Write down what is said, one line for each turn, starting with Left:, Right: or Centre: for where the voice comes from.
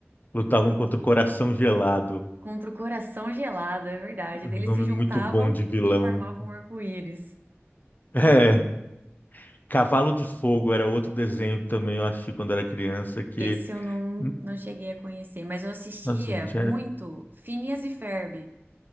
Left: Lutavam contra o Coração Gelado.
Right: Contra o coração gelado, é verdade.
Left: Um
Right: Daí Eles
Left: nome
Right: se juntavam
Left: muito bom de vilão.
Right: e formavam um arco-íris.
Left: É, Cavalo de Fogo era outro desenho que também eu achei quando era criança que.
Right: Esse eu não,
Left: hum,
Right: não cheguei a conhecer, mas eu assistia
Left: Nossa, gente,
Right: muito
Left: é...
Right: Phineas e Ferb.